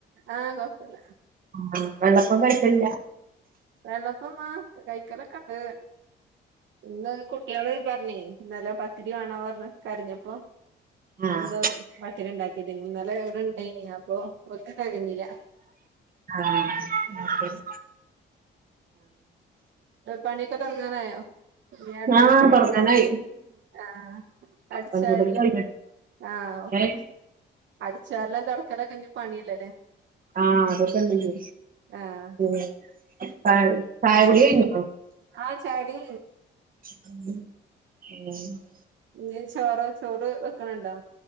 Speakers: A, on the right; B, on the right.
A: ആഹ് കൊഴപ്പില്ല
B: ആ വെള്ളപ്പം കഴിക്കലില്ല
A: വെള്ളപ്പം ആ കൈക്കലൊക്കെ ഇണ്ട് ഇന്ന് കുട്ടികള് പറഞ്ഞേ ഇന്നല പത്തിരി വേണന്ന് പറഞ്ഞ് കരഞ്ഞപ്പോ
B: ആഹ്
A: എന്താ പത്തിരി ഇണ്ടാക്കി <unintelligible> ഇന്നലെ ഇവിടെ ഇണ്ടായിനി അപ്പ ഒന്നും തികഞ്ഞില്ല
B: ആഹ് ആഹ്
A: പണീക്കെ തുടങ്ങാനായോ പി
B: ആഹ് തൊടങ്ങാനായി
A: ആഹ്
B: അപ്പം
A: അടിച്ചാരലും
B: ചൂടൽ കഴിഞ്ഞ്
A: ആഹ് ഒക്കെ
B: ഏഹ്
A: അടിച്ച് വാരലും തൊടക്കലൊക്കെ ഇനി പണിയില്ലേ
B: ആഹ് അതൊക്കെ ഇണ്ട് ല്ലേ
A: ആഹ്
B: ഉം ചാ ചായുടി കഴിഞ്ഞോ
A: ആഹ ശാരീ
B: ഉ <inaudible>
A: ഇ ചോറോ ചോറ് വെക്കണണ്ടോ